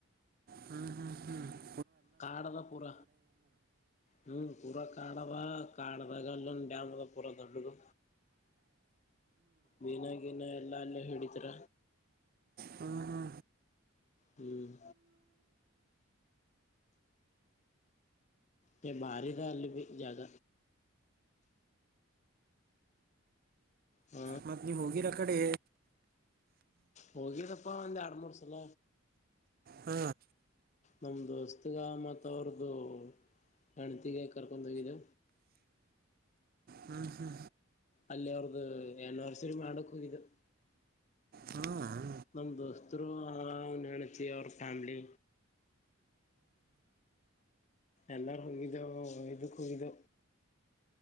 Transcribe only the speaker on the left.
ಕಾಡದ ಪೂರ ಹ್ಮ್ ಪೂರ ಕಾಡ ನಾವ ಕಡದಾಗಲ್ಲ ಾಮದ ಪುರ ದೊಡ್ಡಗು ಬಿಿನಕಿನ ಎಲ್ಲ ಅಲ್ಲ ಹಿಡಿದ್ರ
ಹ್ಮ್ ಕೆ ಬರಿದ ಅಲ್ಲಿ ಜ ಹ
ಹೋಗಿದಪ್ಪಾ ಒಂದ್ ಎರಡ್ ಮೂರು ಸಲ
ನಮ್ಮ ದಸ್ತಗೆ ಮತ್ತು ಅವ್ರದ್ದು ಗಣತಿಗೆ ಕರ್ಕೊಂಡೋಗಿದೆ
ಅಲ್ಲ ಅವ್ರ್ದ ಎನರ್ಸರು ಮಾಡೇಡ ಕುೂ ಇದು
ನಮ ದೋಸ್ತರು ಹ ನಣತಿ ಅವ್ರ ಫ್ಯಾಮಿಲಿ ಎಲ್ಲಾರು ಹೋಗಿದ ಇದುಕ್ಕೋಗಿದ